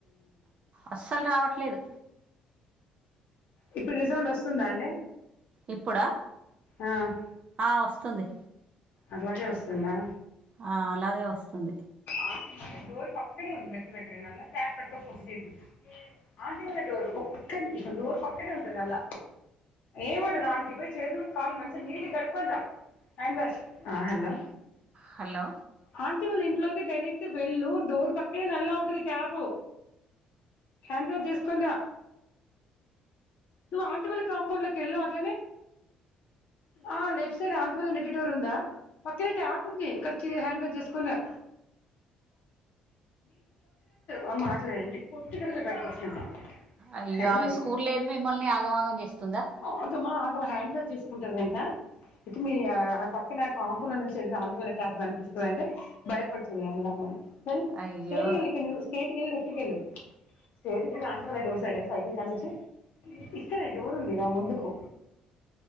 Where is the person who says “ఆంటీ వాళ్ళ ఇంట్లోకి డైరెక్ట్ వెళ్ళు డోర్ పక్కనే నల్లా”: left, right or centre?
Left